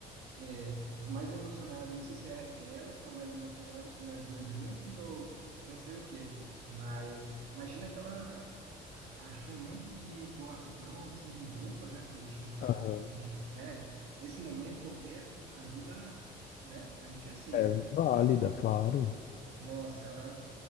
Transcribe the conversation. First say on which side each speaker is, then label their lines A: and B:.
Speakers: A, on the right (about 80°); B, on the left (about 55°).
A: é, os mais emocionados. Não sei se é ela que tá mais emocionada que nós dois juntos ou não sei o quê. Mas imagina que ela a- achou um monte de doação, assim, de roupas, né? Porque a gente não tava,
B: Aham.
A: com dinhe- né? Nesse momento qualquer ajuda, né? A gente aceita.
B: É válida, claro.
A: Nossa, ela